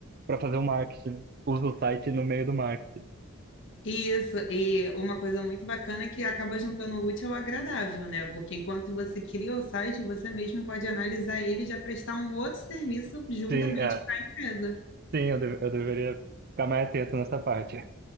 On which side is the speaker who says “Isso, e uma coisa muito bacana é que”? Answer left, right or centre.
Left